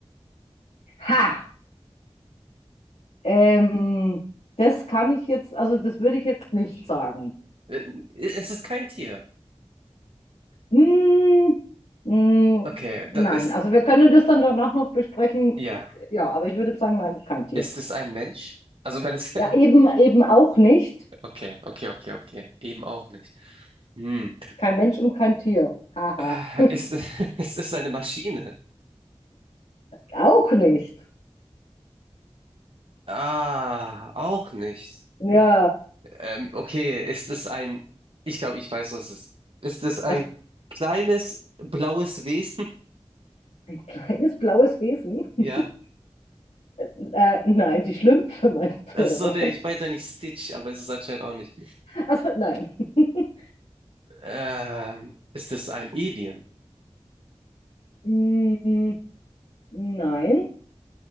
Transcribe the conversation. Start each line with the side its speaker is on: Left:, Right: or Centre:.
Left: Ha! Ähm, das kann ich jetzt, also das würde ich jetzt nicht sagen.
Right: Äh, Es ist kein Tier.
Left: Hm, hm,
Right: Okay, da
Left: nein,
Right: ist,
Left: also wir können das dann danach noch besprechen.
Right: ja.
Left: Ja, aber ich würde sagen, nein, kein Tier.
Right: Ist es ein Mensch? Also wenn es...
Left: Ja, eben,
Right: <laughs>
Left: eben auch nicht.
Right: Okay, okay, okay, okay. Eben auch nicht. Hm.
Left: Kein Mensch und kein Tier. Haha.
Right: Äh, Ist, <laughs> ist es eine Maschine?
Left: Auch nicht.
Right: Ah, auch nicht.
Left: Ja,
Right: Ähm, okay, ist es ein... Ich glaube, ich weiß, was es ist. Ist es ein
Left: was?
Right: kleines blaues Wesen? <laughs>
Left: Ein kleines blaues Wesen? <laughs>
Right: Ja.
Left: Äh, nein, die Schlümpfe meinst
Right: Achso,
Left: du, oder
Right: der,
Left: was?
Right: ich meinte nicht Stitch, aber es ist anscheinend auch nicht.
Left: Also nein. <laughs>
Right: Ähm, ist es ein Alien?
Left: Mm, Nein,